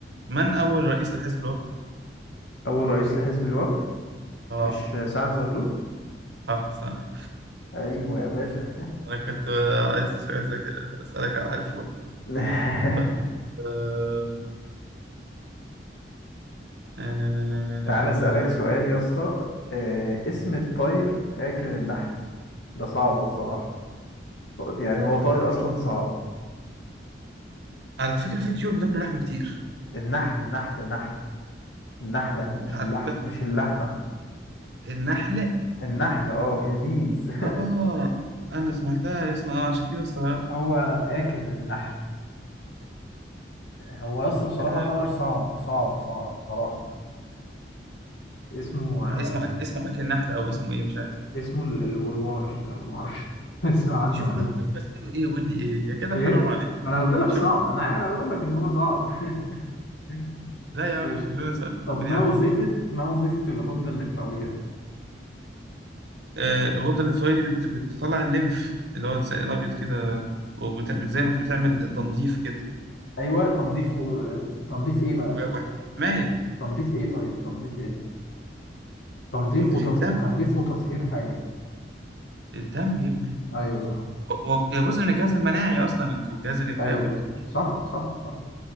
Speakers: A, on the right; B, on the left.
A: من اول رئيس لحزب الوقت
B: اول رئيس لحزب الوفد
A: اه
B: مش آه، سعد زغلول
A: صح صح
B: ايوه يا باشا
A: انا كنت آه، عايز أس- عايزك اسالك عارف ولا لأ.
B: <laughs>
A: طيب أه... نا- نا- نا- نا- نا-
B: تعال
A: نا-
B: اسالك
A: نا- نا.
B: سؤال يا اسطى آه، اسم الطير اكل النحل ده صعب الصراحه يعني هو طائر اصلا صعب
A: على فكره في طيور بتاكل لحم كتير
B: النحل نحل نحل النحله
A: على
B: مش اللح
A: فكره
B: مش اللحمه
A: النحله
B: النحله اه البيز <laughs>
A: اه انا سمعتها اسمها اه عشان كده استغربت
B: هو اكل النحل هو يس بصراحة
A: آه،
B: طائر صعب صعب صعب بصراحة اسمه
A: ما
B: آه
A: اسمه اسمه اكل نحل او اسمه ايه مش عارف
B: اسمه ال- الوروار لو معرفش <laughs> اسمع عنه
A: شوف
B: ولا
A: مخلوق اساله ايه ويقول لي ايه يا كده
B: ايه
A: حرام عليك
B: ما انا قلت لك
A: شوف
B: صعب انا انا بقول لك ان هو صعب <laughs>
A: لا يا عم
B: طيب
A: مش مش اسال
B: طب
A: بني
B: ما
A: ادمين
B: وظيفة ما وظيفة الغدة الليمفاوية
A: آه الغده الانسوليه بت... بتطلع الليمف اللي هو السائل الابيض كده وبت... بت- زي ما بتعمل تنظيف كده
B: ايوه تنظيف و- تنظيف ايه بقى
A: و- وح- وحمايه
B: تنظيف ايه طيب تنظيف ايه تنظيف
A: تنظيف
B: وتط...
A: الدم
B: تنظيف وتطهير حاجة
A: الدم يا ابني
B: أيوه صح
A: هو هو- هي جزء من الجهاز المناعي اصلا والجهاز الليمفاوي
B: أيوه
A: يعتبر
B: صح صح صح